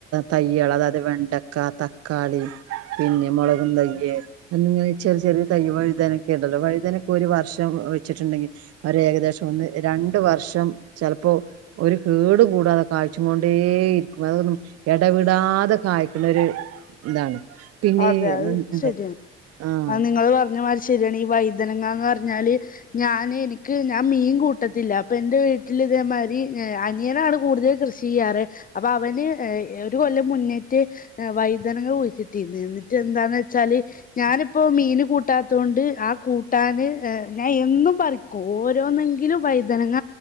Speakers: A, on the right; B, on the left.
A: തൈകൾ അതായത് വെണ്ടക്ക തക്കാളി പിന്നെ മുളകും തൈയ് അങ്ങനെ ചെറിയ ചെറിയ തൈയ് വഴുതനൊക്കെ ഉണ്ടല്ലോ വഴുതനൊക്കെ ഒരു വർഷം വെച്ചിട്ടുണ്ടെങ്കിൽ അവര് ഏകദേശം ഒന്ന് രണ്ട് വർഷം ചിലപ്പോ ഒരു കേട് കൂടാതെ - കായ്ച്ച് കൊണ്ടേ ഇരിക്കും അതൊന്നും എടവിടാതെ കായ്ക്കുന്നരു ഇതാണ് പിന്നെ
B: അതെ അത്
A: ഉം, എന്താ
B: ശരിയാണ്
A: ആ
B: അ നിങ്ങൾ പറഞ്ഞ മാതിരി ശരിയാണ് ഈ വഴുതനങ്ങന്ന് പറഞ്ഞാല് ഞാന് എനിക്ക് ഞാൻ മീൻ കൂട്ടത്തില്ല അപ്പൊ എന്റെ വീട്ടിൽ ഇതേമാതിരി അനിയനാണ് കൂടുതൽ കൃഷി ചെയ്യാറ് അപ്പൊ അവന് ഒരു കൊല്ലം മുന്നേറ്റ്് വൈതനങ്ങ കുഴിച്ചിട്ട- എന്നിട്ട് എന്താന്ന് വെച്ചാല് ഞാനിപ്പോ മീ - മീന് കൂട്ടാത്തോണ്ട് ആ കൂട്ടാന് ഞാൻ എന്നും പറിക്കും ഓരോന്നെങ്കിലും വഴുതങ്ങ